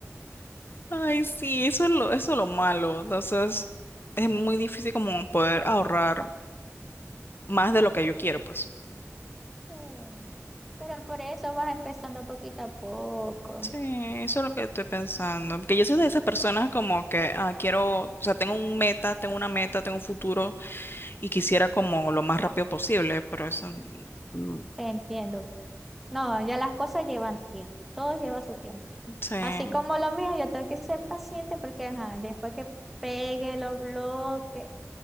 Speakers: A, on the left; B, in the centre.
A: Ay, sí, eso es lo, eso es lo malo. Entonces, es muy difícil como poder ahorrar más de lo que yo quiero, pues.
B: Mm. Pero por eso vas empezando poquito a poco.
A: Sí, eso es lo que estoy pensando. Porque yo soy
B: Sí.
A: de esas personas como que ah, quiero, o sea, tengo un meta, tengo una meta, tengo un futuro y quisiera como lo más rápido posible, pero eso mm,
B: entiendo. No, ya las cosas llevan tiempo. Todo lleva su tiempo.
A: sí.
B: Así como lo mío, yo tengo que ser paciente porque ajá, después que pegue los bloques,